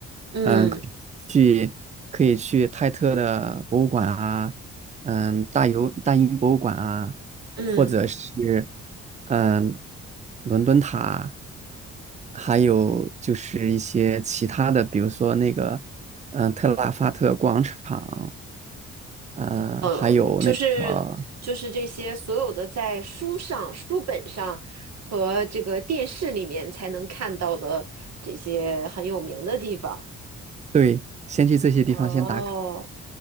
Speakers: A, on the right (about 55°); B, on the right (about 25°).
A: 嗯
B: 嗯，去可以去泰特的博物馆啊，嗯，大游大英博物馆啊，
A: 嗯，
B: 或者是嗯，伦敦塔，还有就是一些其他的，比如说那个嗯，特拉法特广场，嗯，
A: 呃，
B: 还有那个。
A: 就是就是这些所有的在书上、书本上和这个电视里面才能看到的这些很有名的地方。
B: 对，先去这些地方先打卡，
A: 哦